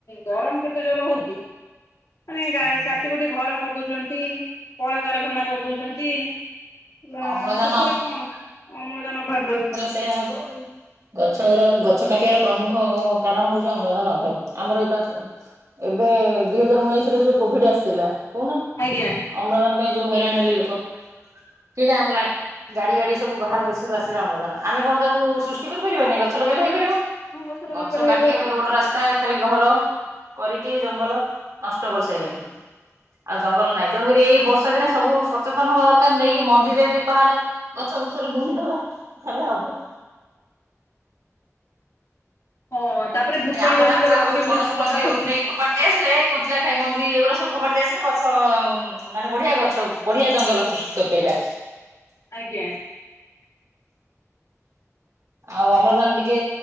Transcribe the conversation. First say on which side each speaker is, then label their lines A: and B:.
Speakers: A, on the left; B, on the right.
A: ଗରମ କେତ ତେ ଜୋରରେ ହଉଛି? ମାନେ ଗା
B: ହଁ।
A: କାଟି କୁଟି ଘର କରିଦଉଛନ୍ତି କଳକାରଖାନା କରିଦଉଛନ୍ତି ନା
B: ଅମ୍ଳଜାନ
A: ଶେଷରେ କଣ ଅମ୍ଳଜାନ ଅଭାବ ରହୁଛି।
B: ସେଇଆ ହବ ଆଉ ଗଛର ଗଛ କାଟିବାର ପ୍ରମୁଖ କାରଣ ହଉଛି ଅମ୍ଳଜାନ ଅଭାବ ଆମର ଏକା ଏବେ ଦୁଇ ହଜାର ଉଣେଇଶିରେ ଯୋଉ କୋଭିଡ ଆସିଥିଲା କହୁନା
A: ଆଜ୍ଞା।
B: ଅମ୍ଳଜାନ ପାଇଁ ଯୋଉ ହଇରାଣ ହେଲେ ଲୋକ କିଣା ହେଲା ଗାଡ଼ି ଗାଡ଼ି ସବୁ ବାହାର ଦେଶରୁ ଆସିଲା ଅମ୍ଳଜାନ ଆମେ କଣ ତାକୁ ସୃଷ୍ଟି କରିପାରିବାନି ଗଛ ଲଗେଇଲେ ହେଇପାରିବ।
A: ହଁ ଲଗେଇ
B: ଗଛ
A: ପାରିବେ
B: କାଟିକି ଏବେ ରୋଡ୍ ରାସ୍ ସ୍ତା ଖାଲି ଘର କରିକି ଜଙ୍ଗଲ ନଷ୍ଟ କରିସାରିଲେଣି। ଆଉ ଜଙ୍ଗଳ ନାହିଁ ତେଣୁକରି ଏଇ ବର୍ଷା ଦିନେ ସବୁ ସଚେତନ ହବା ଦରକାର ନେଇକି ମଞ୍ଜି ଯଦି ପାହାଡ଼ ଗଛ ବ୍ରୁଛରେ ବୁଣିଦବା ତାହେଲେ ହବ।
A: ହଁ ତାପରେ ଭୂତାଣୁ
B: ଏଇ ଆମ୍ବ
A: ଜନିତ
B: ଟାକୁଆ
A: ରୋଗ
B: ହଉ
A: ବି
B: ପଣସ
A: ବହୁତ ପ୍ରକାର
B: ମଞ୍ଜି ହଉ
A: ହଉଛି।
B: ନେଇ ଫୋ ପାଡ଼ି ଦେଇଆସିଲେ କୁଚିଲା ଖାଇ ମଞ୍ଜି ଏଗୁଡ଼ା ସବୁ ଫୋପାଡ଼ି ଦେଇଆସିଲେ ଗଛ ମାନେ ବଢ଼ିଆ ଗଛ ବଢ଼ିଆ ଜଙ୍ଗଲ ସୃଷ୍ଟି କରିପାରିବା।
A: ଆଜ୍ଞା।
B: ଆଉ ଅମ୍ଳଜାନ ଟିକେ